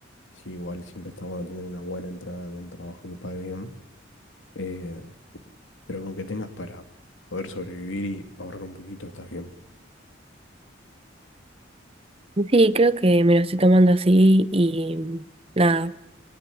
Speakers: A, on the left; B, on the right.
A: Sí, igual siempre está bueno tener una buena entrada de un trabajo que pague bien, eh, pero con que tengas para poder sobrevivir y ahorrar un poquito, estás bien.
B: Sí, creo que me lo estoy tomando así y nada,